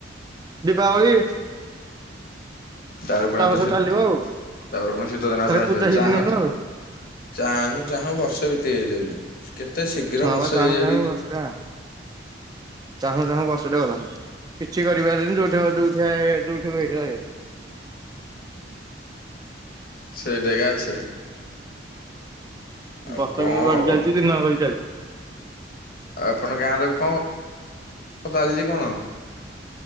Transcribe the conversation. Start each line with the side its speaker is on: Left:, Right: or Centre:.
Right: ଦୀପାବଳି।
Left: ତାପରେ ପୁଣି ଆଉ ଥରେ
Right: ସବୁ
Left: ଶି
Right: ଚାଲିବ ଆଉ
Left: ତାପରେ ପୁଣି ଶୀତ ଦିନ
Right: ଖାଲି
Left: ଆହୁରି ଆସିବ
Right: ପୂଜା ସିଜିନ
Left: ଚାହୁଁ
Right: ଏଇନୁ
Left: ଚା
Right: ଆଉ
Left: ଚାହୁଁ ଚାହୁଁ ବର୍ଷେ ବିତି ହେଇଯାଉଛି କେତେ ଶୀଘ୍ର
Right: ହଁ
Left: ବର୍ଷେ
Right: ବା ଚାହୁଁ
Left: ହେଇଯାଉଛି।
Right: ଚାହୁଁ ବର୍ଷଟା ଚାହୁଁ ଚାହୁଁ ବର୍ଷ ଟେ ଗଲା ହେରି। କିଛି କରିପାରିଲିନି ଯୋଉଠ ଯୋଉଠା ଯୋଉଠି ଏଇ ରହିଗଲି।
Left: ସେଇଠି ଏକା ଅଛି। ଆଉ
Right: ବର୍ଷ
Left: କଣ
Right: କିନ୍ତୁ ଗଢି
Left: ହବ।
Right: ଚାଲିଛି ଦିନ ଗଡି ଚାଲ
Left: ଆଉ ଆପଣଙ୍କ ଗାଁରେ କଣ ଚାଲିଛି କଣ?